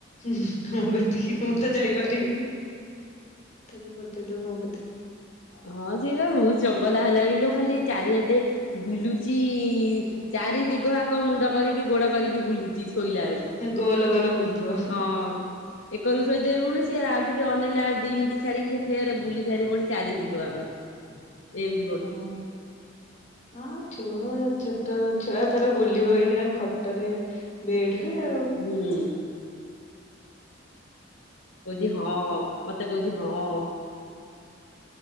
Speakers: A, on the left (about 40°); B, on the left (about 80°).
A: ମୋ କତିକି ମୁଁ ମୁଁ ତ ଯାଇପାରିବିନି ତାକୁ ପଠେଇ ଦବୁ ମୋ କତି କୁ।
B: ହଁ ସିଏ ବା ବହୁତ ଜଗଲା ହେଲାଣି ଲୋ ଖାଲି ଚାରିଆଡେ ବୁଲୁଚି ଚାରି ଦିଗ ଆଙ୍ଗ ମୁଣ୍ଡ କରିକି ଗୋଡ କରିକି ବୁଲୁଛି ଶୋଇଲା ବେଳକୁ।
A: ଗୋଲ ଗୋଲ ବୁଲୁଥିବ
B: ହଁ। ଏକର କୁ ଶୋଇଥିବ ପୁଣି ଆଉ ଟିକେ ଅନେଇଲା ବେଳେକୁ ସେ ଦି ମିିନିଟ ଛାଡିକି ସେ ଫେରେ ବୁଲି ସାରିବଣି ଚାରିିଦିଗ। ଏମିତି
A: ହଁ।
B: କରୁଛି।
A: ହଁ ଛୁଆ ଛୋଟ ଛୁଆ ତାର ବୁଲିବ ଏଇଖିଣା ଖଟରେ ବେଡ଼ ରେ ଆଉ
B: ହୁଁ। କହୁଛି
A: ହୁଁ
B: ହଁ, ମତେ କହୁଛି ହଁ।